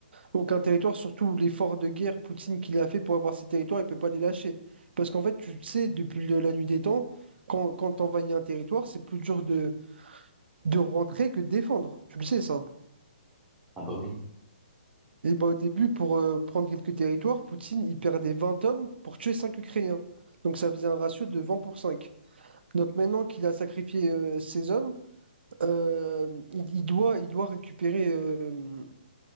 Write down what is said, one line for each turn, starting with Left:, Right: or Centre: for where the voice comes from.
Right: aucun territoire, surtout l'effort de guerre Poutine qu'il a fait pour avoir ces territoires, il peut pas les lâcher. Parce qu'en fait, tu le sais, depuis le- la nuit des temps, quand, quand t'envahis un territoire, c'est plus dur de, de rentrer que de défendre. Tu le sais, ça.
Centre: Ah bah oui.
Right: Et bah, au début, pour euh, prendre quelques territoires, Poutine, il perdait 20 hommes pour tuer 5 Ukrainiens. Donc ça faisait un ratio de 20 pour 5. Donc maintenant qu'il a sacrifié euh, ses hommes, euh, il, il doit, il doit récupérer, euh,